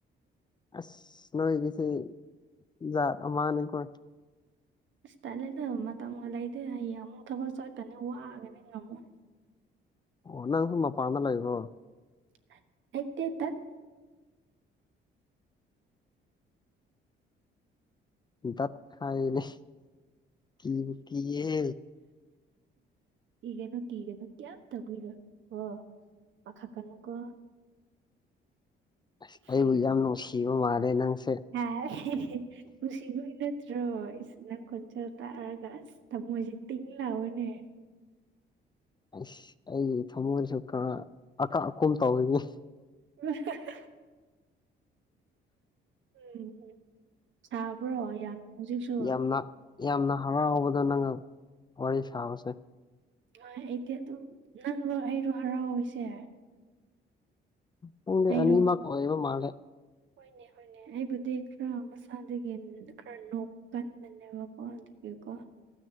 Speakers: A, on the left (about 20°); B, on the right (about 70°).
A: ꯑꯁ ꯅꯣꯏꯒꯤꯁꯦ ꯖꯥꯠ ꯑꯃꯅꯤꯀꯣ꯫
B: ꯑꯁ ꯇꯠꯂꯦꯗꯕ ꯃꯇꯝꯒ ꯂꯩꯇꯦ ꯍꯌꯦꯡ ꯑꯃꯨꯛ ꯊꯕꯛ ꯆꯠꯀꯅꯤ ꯋꯥꯑꯒꯅꯤ ꯉꯝꯃꯣꯏ
A: ꯑꯣ ꯅꯪꯁꯨ ꯃꯄꯥꯟꯗ ꯂꯩꯕ꯭ꯔꯣ
B: <unintelligible>
A: ꯗꯠ ꯍꯥꯏꯅꯦ ꯀꯤꯕꯨ ꯀꯤꯍꯦ
B: ꯀꯤꯒꯅꯨ ꯀꯤꯒꯅꯨ ꯀꯦꯝ ꯇꯧꯕꯤꯔꯣꯏ ꯀꯣ ꯄꯥꯈꯠꯀꯅꯨꯀꯣ
A: ꯑꯁ ꯑꯩꯕꯨ
B: ꯍꯨꯝ
A: ꯌꯥꯝ ꯅꯨꯡꯁꯤꯕ ꯃꯥꯜꯂꯦ ꯅꯪꯁꯦ꯫
B: ꯍꯥꯏ ꯅꯨꯡꯁꯤꯕꯩ ꯅꯠꯇ꯭ꯔꯣ ꯏꯁ ꯅꯪ ꯈꯣꯟꯖꯦꯜ ꯇꯥꯔꯒ ꯑꯁ ꯊꯃꯣꯏꯁꯦ ꯇꯥꯡ ꯂꯥꯎꯋꯦꯅꯦ
A: ꯑꯁ ꯑꯩꯒꯤ ꯊꯃꯣꯏꯁꯨ ꯈꯔ ꯑꯀꯥ ꯑꯀꯨꯝ ꯇꯧꯋꯤꯅꯤ
B: <unintelligible> ꯎꯝ ꯎꯝ ꯁꯥꯥꯕ꯭ꯔꯣ ꯌꯥꯝꯅ ꯍꯧꯖꯤꯛꯁꯨ
A: ꯌꯥꯝꯅ ꯌꯥꯝꯅ ꯍꯔꯥꯎꯕꯗꯣ ꯅꯪꯒ ꯋꯥꯔꯤ ꯁꯥꯕꯁꯦ
B: ꯍꯣꯏ ꯑꯩꯗꯤ ꯑꯗꯨꯝ ꯅꯪꯔꯣ ꯑꯩꯔꯣ ꯍꯔꯥꯎꯔꯤꯁꯦ
A: ꯈꯪꯗꯦ
B: ꯑꯩꯔꯣ
A: ꯑꯅꯤꯃꯛ ꯑꯣꯏꯕ ꯃꯥꯜꯂꯦ
B: ꯍꯣꯏꯅꯦ ꯍꯣꯏꯅꯦ ꯑꯩꯕꯨꯗꯤ ꯈꯔ ꯃꯁꯥꯗꯒꯤ ꯈꯔ ꯅꯣꯛ ꯀꯟꯕꯅꯦꯕꯀꯣ ꯒꯤꯀꯣ